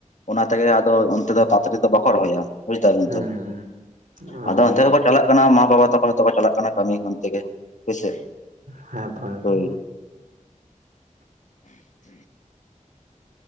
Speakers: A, on the left; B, on the right.
A: ᱚᱱᱟ ᱛᱮᱜᱮ ᱟᱫᱚ ᱚᱱᱛᱮ ᱫᱚ ᱛᱟ ᱛᱟᱲᱤ ᱫᱚ ᱵᱟᱠᱚ ᱨᱚᱦᱚᱭᱟ᱾ ᱵᱩᱡ ᱫᱟᱵᱮᱱ
B: ᱦᱩᱸ
A: ᱛᱚ?
B: ᱦᱩᱸ
A: ᱟᱫᱚ ᱚᱱᱛᱮ ᱨᱮᱠᱚ ᱪᱟᱞᱟᱜ ᱠᱟᱱᱟ ᱢᱟ ᱵᱟᱵᱟ ᱛᱟᱠᱚᱚ ᱡᱦᱚᱛᱚ ᱪᱟᱞᱟᱜ ᱠᱟᱱᱟ ᱠᱟᱹᱢᱤ ᱚᱱᱛᱮ ᱜᱮ ᱠᱟᱹᱢᱤ ᱦᱳᱭᱥᱮ᱾
B: ᱦᱮᱸ ᱛᱚ ᱦᱮᱸ ᱛᱚ᱾
A: ᱦᱳᱭ